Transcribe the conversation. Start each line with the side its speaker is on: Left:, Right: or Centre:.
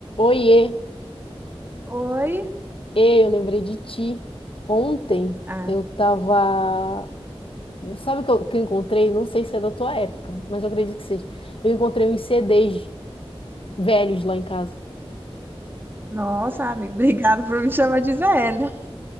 Left: Oiê,
Right: Oi?
Left: Ê, eu lembrei de ti. Ontem
Right: Ah,
Left: eu tava. Sabe o que eu, que eu encontrei? Não sei se é da tua época, mas eu acredito que seja. Eu encontrei uns CDs velhos lá em casa.
Right: nossa, amigo, <laughs> obrigado por me chamar de velha.